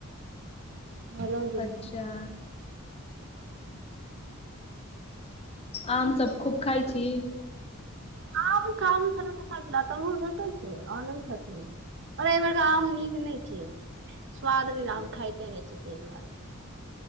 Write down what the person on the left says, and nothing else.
अच्छा
आम सब खूब
खाइ
छी?